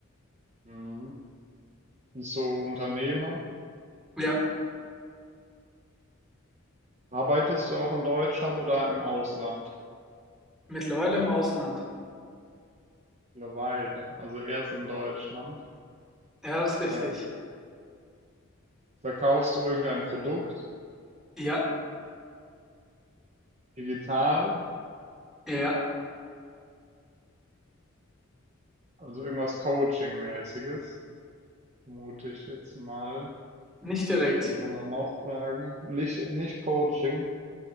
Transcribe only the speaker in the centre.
Ja,
mittlerweile im Ausland.
Ja, das ist richtig.
Ja,
ja.
Nicht direkt.